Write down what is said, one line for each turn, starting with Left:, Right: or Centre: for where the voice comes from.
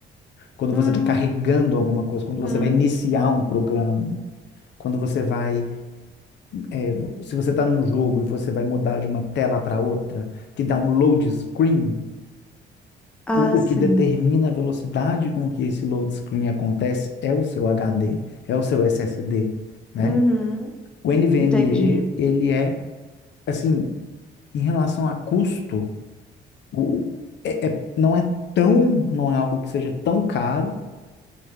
Left: Quando
Centre: Hum,
Left: você está carregando alguma coisa, quando
Centre: Uhum.
Left: você vai iniciar um programa, quando você vai, é, se você está num jogo e você vai mudar de uma tela para outra, que dá um load screen,
Centre: Ah,
Left: o,
Centre: sim.
Left: o que determina a velocidade com que esse load screen acontece é o seu HD, é o seu SSD, né?
Centre: Uhum.
Left: O NVMe,
Centre: Entendi.
Left: ele é, assim, em relação a custo, O, o- é, é- não é tão, não é algo que seja tão caro